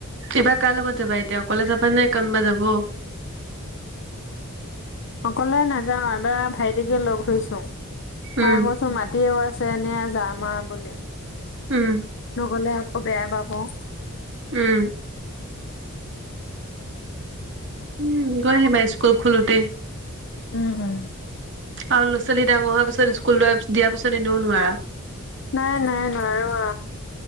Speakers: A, on the right; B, on the left.
A: এইবা কাৰ লগত যাবা এতিয়া অকলে যাবা নে কোনবা যাব?
B: অকলে নাযাওঁ এবাৰ ভাইটিকে লগ ধৰিছোং।
A: উম,
B: খাই গৈছোং মাটি এওৱা- ছে এনে আ যাম আৰু বুলি
A: উম,
B: নগলে আকৌ বেয়া পাব। উম'
A: উম, উম' গৈ আহিবা স্কুল খোলোতেই।
B: উম'
A: আৰু লৰা ছোৱালী ডাঙৰ হোৱা পিছত স্কুল যোৱা দিয়াৰ পিছত এনেও নোৱাৰা।
B: নাই নাই নোৱাৰো আ।